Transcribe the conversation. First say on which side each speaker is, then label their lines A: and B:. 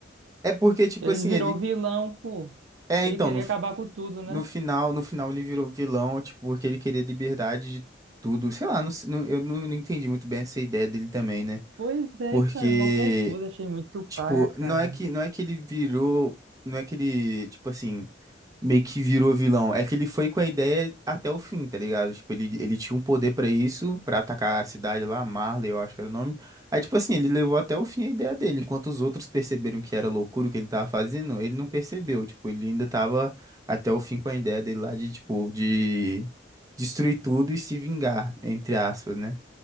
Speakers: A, on the right (about 20°); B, on the right (about 80°).
A: É porque, tipo
B: Ele
A: assim,
B: virou
A: ele.
B: vilão, pô.
A: É, então,
B: Ele queria
A: no, f-
B: acabar com tudo, né?
A: no final, no final ele virou vilão, tipo, porque ele queria liberdade de tudo. Sei lá, não s- não- eu não, não entendi muito bem essa ideia dele também, né?
B: Pois é,
A: Porque,
B: cara, mó confuso, achei muito paia,
A: tipo,
B: cara.
A: não é que, não é que ele virou. Não é que ele, tipo assim. meio que virou vilão. É que ele foi com a ideia até o fim, tá ligado? Tipo, ele, ele tinha um poder pra isso, pra atacar a cidade lá, Marley, eu acho que era o nome. Aí, tipo assim, ele levou até o fim a ideia dele. Enquanto os outros perceberam que era loucura o que ele tava fazendo, ele não percebeu. Tipo, ele ainda tava até o fim com a ideia dele lá de, tipo, de destruir tudo e se vingar, entre aspas, né?